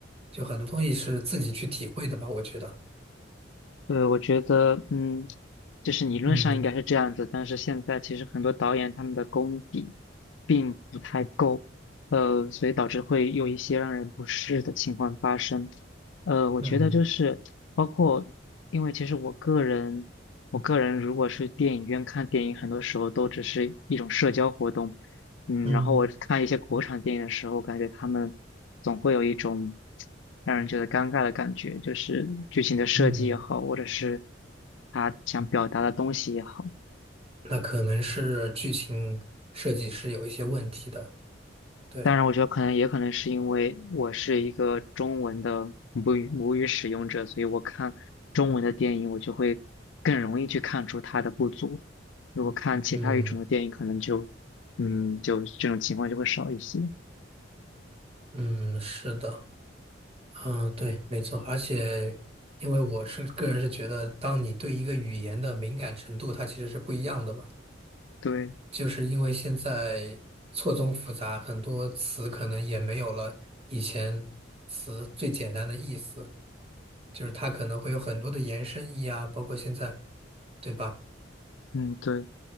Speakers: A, on the right (about 30°); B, on the left (about 75°).
A: 就很多东西是自己去体会的吧，我觉得。
B: 对，我觉得，嗯，就是理论上应该是这样子，
A: 嗯
B: 但是现在其实很多导演他们的功底并不太够，呃，所以导致会有一些让人不适的情况发生。呃，我觉得就是包括，
A: 嗯。
B: 因为其实我个人，我个人如果是电影院看电影，很多时候都只是一种社交活动。嗯，
A: 嗯
B: 然后我看一些国产电影的时候，感觉他们总会有一种让人觉得尴尬的感觉，就是剧情的设计也好，
A: 嗯，
B: 或者是他想表达的东西也好。
A: 那可能是剧情设计是有一些问题的。对，
B: 当然，我觉得可能也可能是因为我是一个中文的母语母语使用者，所以我看中文的电影，我就会更容易去看出它的不足。如果看其他语种的电影，
A: 嗯
B: 可能就嗯，就这种情况就会少一些。
A: 嗯，是的，嗯，对，没错。而且，因为我是个人是觉得，当你对一个语言的敏感程度，它其实是不一样的嘛。
B: 对，
A: 就是因为现在错综复杂，很多词可能也没有了以前词最简单的意思，就是它可能会有很多的延伸义啊，包括现在，对吧？
B: 嗯，对，